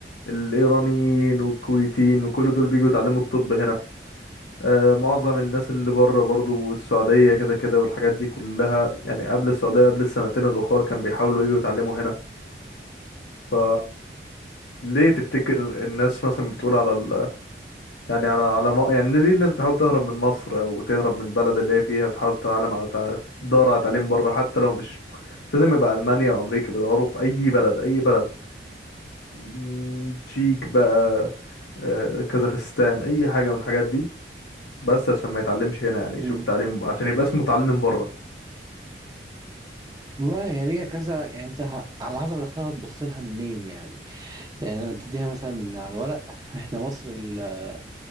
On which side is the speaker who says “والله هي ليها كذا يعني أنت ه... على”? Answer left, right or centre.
Right